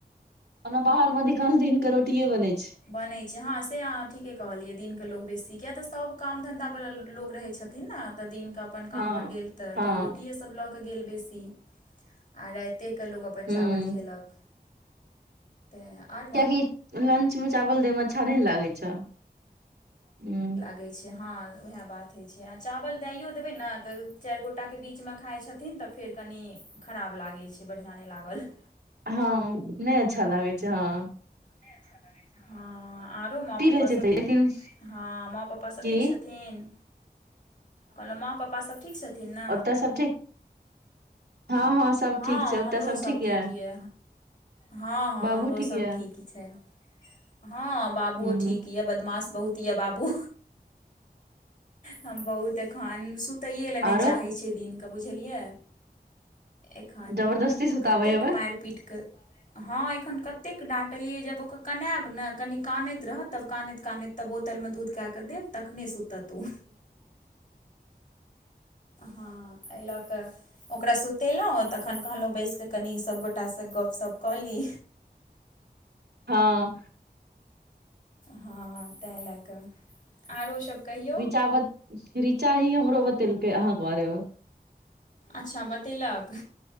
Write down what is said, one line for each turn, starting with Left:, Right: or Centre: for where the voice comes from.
Right: ओना बाहरमे अधिकांश दिन क रोटीए बनै छै।
Left: बनैय छै, हँ से अहाँ ठीके कहलियै दिनक लोक बेसी किया तऽ सब काम धन्धा वला लोक रहैत छथि थिन न तऽ दिनक अपन
Right: हँ
Left: कामपर गेल तऽ
Right: हँ
Left: लोग रोटीए सब लऽ कऽ गेल बेसी। आ राइते क लोग अपन
Right: हूँ
Left: चावल खेलक तै और
Right: की लंच में चावल देय में अच्छा न‌इ लागे छौ? हुं
Left: होइ छै, ह वाहा बात होइ छै आ चावल दैयौ देबै ने त चायर गोटा के बीच में खाइ छैथ छथिन तऽ फेर कनी खराब लागै छै, बढ़िआँ न‌इ लागल।
Right: हाँ न‌इ अच्छा लागै छै हँ।
Left: न‌इ अच्छा लागैय छै। हाँ माँ
Right: टी
Left: पपा
Right: रहै छै
Left: सब,
Right: तऽ लेकिन
Left: हँ माँ पपा सब
Right: की
Left: ठीक छथिन? कहलौ माँ पप्पा सब ठीक छथिन न?
Right: ओतऽ सब ठीक हँ सब
Left: हँ
Right: ठीक छै ओतऽ
Left: हमरोसब
Right: सब
Left: ठीक
Right: यऽ
Left: यए। हँ हँ
Right: बाबू
Left: हमरो सब
Right: यऽ
Left: ठीक छैन, हँ बाबुओ
Right: हूँ
Left: ठीक यए बदमाश बहुत तिया बाबु, हम बहुत अखन सुत सुतैय ला न‌इ
Right: आरो
Left: चाहै छै दिन क बुझलियै? एखन
Right: जबरदस्ती सुताबै
Left: कतेक
Right: एबै
Left: माइर पीटक, हँ एखन कतेक डाँट कहलियै जब ओ कनाब ने कनि कानैत रहत, तब कानैत -कानैत तब बोतलमे दूध कए कऽ देब त कनी सुतत ओ ह ऐ लक‌अ ओकरा सुतेलहुँ तखन कहलहुँ बैसि कऽ कनि सब गोटास गप्पशप्प कऽ ली।
Right: हाँ
Left: हँ तैं ल कऽ आरो सब कही?
Right: रीचा ब रीचा ही हमरो बतेलकै अहा के बारे मे
Left: अच्छा बतेलक?